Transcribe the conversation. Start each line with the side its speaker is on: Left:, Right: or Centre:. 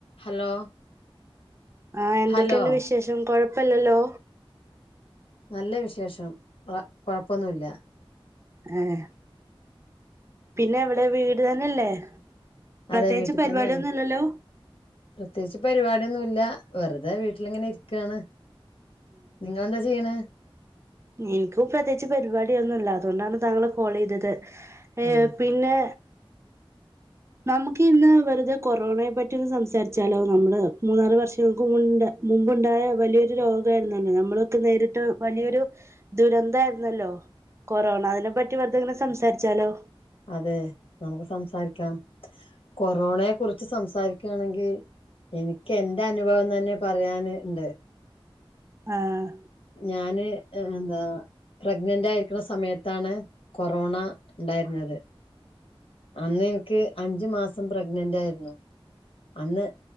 Left: Hello
Right: ആഹ് എന്തൊക്കെയുണ്ട്
Left: hello
Right: വിശേഷം കൊഴപ്പല്ലല്ലോ
Left: നല്ല വിശേഷം ആഹ് കൊഴപ്പൊന്നുല്ല
Right: ഏഹ് പിന്നെ എവിടെ വീട് തന്നെല്ലേ പ്രത്യേകിച്ച്
Left: അതെ വീട്ടിൽ
Right: പരിപാടിയൊന്നും
Left: തന്നെയാണ്
Right: ഇല്ലല്ലോ
Left: പ്രത്യേകിച്ച് പരിപാടിയൊന്നുല്ല വെറുതെ വീട്ടിലിങ്ങനെ ഇരിക്കാണ് നിങ്ങളെന്താ ചെയ്യ്ണേ
Right: ഇൻക്ക് പ്രത്യേകിച്ച് പരിപാടി ഒന്നുല്ല അതുകൊണ്ടാണ് താങ്കളെ കോളെയ്തത് ഏഹ്
Left: ആഹ്
Right: പിന്നെ നമുക്ക് ഇന്ന് വെറുതെ കൊറോണയെ പറ്റി ഒന്ന് സംസാരിച്ചാലോ നമ്മള് മൂന്നാല് വർഷങ്ങൾക്ക് മുണ്ട് മുമ്പുണ്ടായ വലിയൊരു രോഗ ആരുന്നുല്ലെ നമ്മളൊക്കെ നേരിട്ട് വലിയൊരു ദുരന്ത ആരുന്നല്ലോ കൊറോണ അതിനെപ്പറ്റി വെറുതെങ്ങനെ സംസാരിച്ചാലോ?
Left: അതെ നമുക്ക് സംസാരിക്കാം കൊറോണയെ കുറിച്ച് സംസാരിക്കയാണെങ്കി എനിക്ക് എന്റെ അനുഭവം തന്നെ പറയന്ണ്ട്.
Right: ആഹ്
Left: ഞാന് എന്താ പ്രഗ്നന്റ് ആയിരിക്കുന്ന സമയത്താണ് കൊറോണ ണ്ടായിരുന്നത്. അന്ന് എനിക്ക് അഞ്ചു മാസം പ്രഗ്നന്റ് ആയിരുന്നു. അന്ന്